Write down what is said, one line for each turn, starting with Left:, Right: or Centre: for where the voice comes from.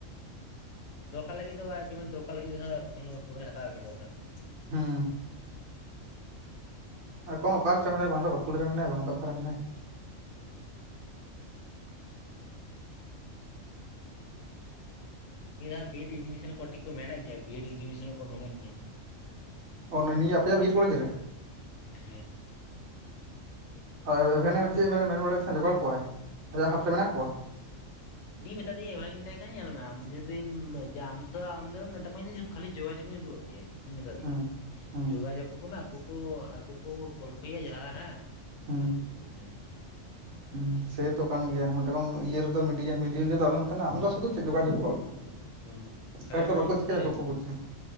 Left: ᱫᱚᱨᱠᱟᱨ ᱞᱟᱹᱜᱤᱫ ᱫᱚ ᱡᱮᱢᱚᱱ ᱫᱚᱨᱠᱟᱨ ᱞᱟᱹᱜᱤᱫ ᱨᱮᱦᱚ ᱯᱷᱳᱱ ᱫᱚ ᱠᱷᱚᱵᱚᱨᱮ ᱦᱟᱛᱟᱣ ᱠᱮᱭᱟ ᱛᱚ ᱵᱟᱠᱷᱟᱡ ᱾
Right: ᱦᱩᱸ ᱾ ᱚᱠᱷᱚᱱ ᱚᱠᱟ ᱨᱮᱪᱚ ᱢᱮᱱᱟᱭᱟ, ᱵᱟᱝ ᱫᱚ ᱵᱟᱸᱠᱩᱲᱟ ᱨᱮ ᱢᱮᱱᱟᱭᱟ ᱵᱟᱝ ᱫᱚ ᱚᱠᱟᱨᱮ ᱢᱮᱱᱟᱭᱟ ᱾
Left: ᱱᱤᱭᱟᱹ ᱫᱷᱟᱣ ᱵᱤ ᱮᱰ ᱮᱰᱢᱤᱥᱚᱱ ᱠᱚ ᱢᱮᱱᱮᱜ ᱜᱮᱭᱟ, ᱵᱤ ᱮᱰ ᱮᱰᱢᱤᱥᱚᱱᱚᱜ ᱠᱚ ᱢᱮᱱᱮᱜ ᱜᱮᱭᱟ ᱾
Right: ᱚ ᱱᱚᱼᱚ ᱱᱤᱭᱟᱹ ᱟᱯᱮᱭᱟᱜ ᱵᱤ ᱮᱰ ᱠᱚᱞᱮᱡᱽ ᱨᱮ?
Left: ᱦᱮᱸ ᱾
Right: ᱟᱹᱭ ᱮᱵᱷᱮᱱᱮᱢ ᱪᱮᱫ ᱮ ᱢᱮᱱ ᱵᱟᱲᱟᱭᱮᱫ ᱛᱟᱦᱮᱸᱱ ᱡᱚᱜᱟᱲ ᱠᱚᱣᱟᱭ? ᱟᱡᱟᱜ ᱦᱟᱛ ᱨᱮ ᱢᱮᱱᱟᱜ ᱠᱚᱣᱟ?
Left: ᱤᱧ ᱢᱮᱛᱟ ᱫᱮᱭᱟ ᱮᱵᱷᱮᱱᱤᱧ ᱢᱮᱛᱟᱭ ᱠᱟᱱᱟ ᱧᱮᱞ ᱢᱮ ᱟᱢ ᱡᱩᱫᱤᱢ ᱡᱮ ᱟᱢ ᱛᱚ ᱟᱢ ᱫᱚ ᱢᱮᱛᱟᱢᱟᱹᱧ ᱠᱷᱟᱹᱞᱤ ᱡᱳᱜᱟᱡᱳᱜ ᱤᱧ ᱩᱫᱩᱜ ᱤᱧ ᱢᱮᱛᱟ ᱫᱮᱭᱟᱹ,
Right: ᱦᱩᱸ ᱦᱩᱸ
Left: ᱡᱳᱜᱟᱡᱳᱜᱽ ᱟᱠᱚ, <unintelligible> ᱟᱠᱚ ᱠᱚ ᱟᱠᱚ ᱠᱚ ᱜᱚᱞᱯᱷᱚᱭᱟ ᱡᱟᱦᱟᱸ ᱦᱟᱸᱜ
Right: ᱦᱩᱸ
Left: ᱟᱠᱚ ᱠᱚ ᱵᱩᱪᱟ ᱾
Right: ᱦᱩᱸ ᱥᱮᱛᱚ ᱠᱟᱱ ᱜᱮᱭᱟ ᱢᱮᱛᱟ ᱠᱚᱢ ᱤᱭᱟᱹ ᱨᱮᱫᱚ ᱢᱤᱰᱤᱭᱟ ᱢᱤᱰᱤᱞ ᱨᱮᱫᱚ ᱟᱞᱚᱢ ᱛᱟᱦᱮᱸᱱᱟ ᱟᱢ ᱫᱚ ᱥᱩᱫᱩ ᱪᱮᱫ ᱡᱳᱜᱟᱡᱳᱜᱽ <unintelligible>
Left: ᱦᱩᱸ
Right: ᱪᱮᱠᱟᱭᱟᱠᱚ
Left: ᱠᱷᱟᱹᱞᱤ ᱟᱢᱟᱜ
Right: ᱵᱟᱠᱚ
Left: ᱧᱩᱛᱩᱢ
Right: ᱪᱮᱠᱟᱭᱟ
Left: ᱞᱟᱹᱭ
Right: ᱟᱠᱚ
Left: ᱢᱮᱭᱟ
Right: ᱠᱚ ᱵᱩᱪᱟ